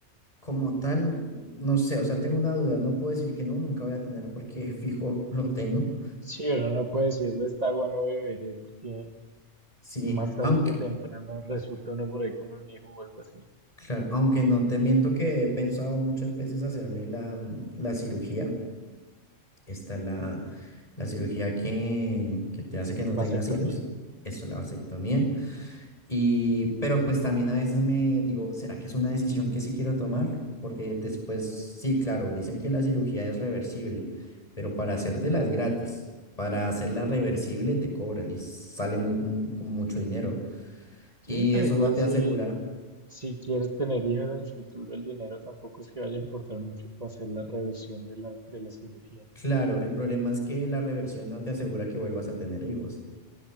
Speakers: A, on the left; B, on the right.
A: como tal, no sé, o sea, tengo una duda, no puedo decir que no, nunca voy a tener porque <laughs> fijo lo tengo.
B: Sí, pero no puede decir de esta agua no beberé porque
A: Sí,
B: Más tarde
A: aunque,
B: que temprano resulta uno por ahí con un hijo o algo así.
A: claro, aunque no, te miento que he pensado muchas veces hacerme la, la cirugía. Está la, la cirugía que, que te hace que no tengas
B: Vasectomía.
A: hijos, eso, la vasectomía. Y, pero pues también a veces me digo, ¿será que es una decisión que sí quiero tomar? Porque después, sí, claro, dicen que la cirugía es reversible, pero para hacértela es gratis. Para hacerla reversible te cobra y sale muy, mu- con mucho dinero. Y
B: Sí, pero
A: eso
B: igual
A: no te
B: si,
A: asegura,
B: si quieres tener hijos en el futuro, el dinero tampoco es que vaya a importar mucho para hacer la reversión de la, de la cirugía.
A: claro, el problema es que la reversión no te asegura que vuelvas a tener hijos.